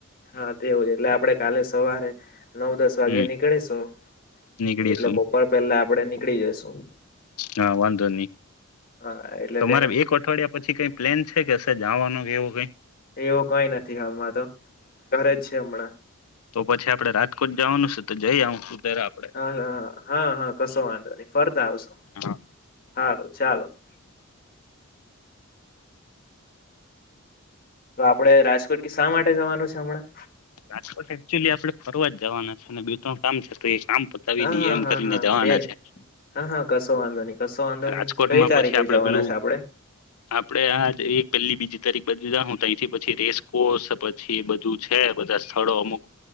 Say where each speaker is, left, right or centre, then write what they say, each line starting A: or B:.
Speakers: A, on the left (about 45°); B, on the left (about 85°).
A: હા તેવું છે એટલે આપડે કાલે સવારે નવ દસ વાગ્યે
B: હમ
A: નીકળીશું
B: નીકળીશું
A: એટલે બપોર પહેલા આપડે ની નીકળી જશું
B: હા વાંધો નહી
A: હા એટલે
B: તમારે
A: તેને
B: એક અઠવાડિયા પછી કઈ પ્લેન છે કે જવાનું કેવો કઈ
A: એવું કઈ નથી હાલમાં તો ઘરે જ છે હમણાં
B: તો પછી આપડે રાજકોટ જવાનું છે તો જઈ આવશું ત્યારે આપડે
A: હ હા હા કશો વાંધો નહી ફરતા આવશો
B: હા
A: હાલો ચાલો <unintelligible> તો આપડે રાજકોટ કે શા માટે જવાનું છે હમણાં
B: રાજકોટ એકચુલી આપડે ફરવા જ જવાના છે અને બજ કામ કરતો છે કામ પતાવી
A: હા
B: દઈએ
A: હા
B: એમ
A: હા
B: કરીને
A: હા
B: જવાના
A: બે
B: છે
A: હ હા કશો વાંધો નહી કશો વાંધો
B: રાજકોટમાં
A: નહી કઈ તારીખે
B: પછી આપડે
A: જવાના
B: પેલું
A: છે આપડે
B: આપડે આ એક પેલી બીજી તારીખ બધી જા હું તહીથી પછી રેસકોસ પછી બધું છે બધા સ્થળો અમુક